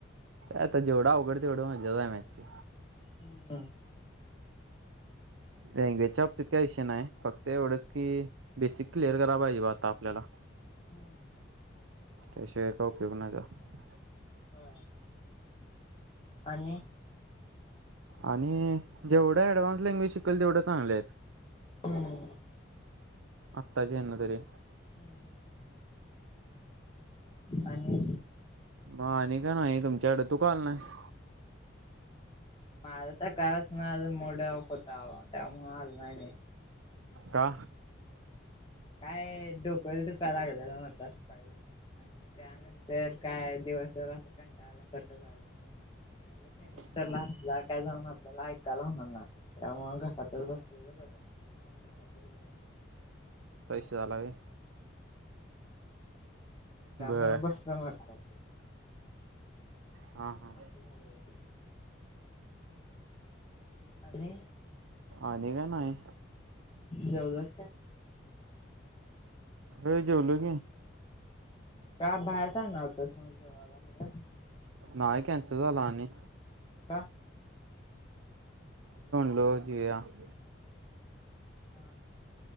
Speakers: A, on the right (about 90°); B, on the left (about 25°).
A: आता जेवढा अवघड तेवढं मजा हाय मॅचची
B: हम् ह
A: लँग्वेजच्या बाबतीत काही विषय नाही फक्त एवढंच की बेसिक क्लिअर करा पाहिजे बा आता आपल्याला
B: हम्म
A: त्याशिवाय का उपयोग नाय त्याचा
B: हा आणि
A: आणि जेवढा ऍडव्हान्स लँग्वेज शिकेल तेवढं चांगलं आहेत
B: हम्म
A: आत्ताचे यांना तरी
B: हम्म. आणि
A: मग आणि काय नाही तुमच्याकड तू का आल नाहीस
B: माझ तर काळच ना आज मोड आँफ होता बाबा त्यामुळे आलो नाही म
A: का?
B: काय डोक दुकच दुखाय लागलेला म्हणतान काही आणि त्यानंतर काय दिवसावर असं कंटाळाला कट्ट जावं लागलं म्ह
A: का
B: तररला काय जाऊन आप <unintelligible> त्याला ऐकायला होणार ना त्यामुळ घरातच बसलेलं बरं म घरातच बसलोय
A: पैसे चालू हाय व्हय
B: त्यामुळे
A: बर
B: बसलं मग घरात
A: हा हा
B: ह स झाज <unintelligible> आणि
A: आणि काय नाही
B: जेवलंस काय
A: हो जेवलो की
B: का बाहेर जाणार होतस न जेवायला खरं
A: नाय कॅन्सल झाल आणि
B: का
A: हॅलो जी <unintelligible>
B: ह